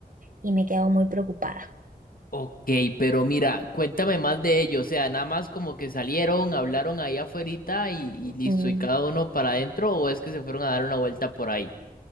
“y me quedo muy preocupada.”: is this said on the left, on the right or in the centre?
Right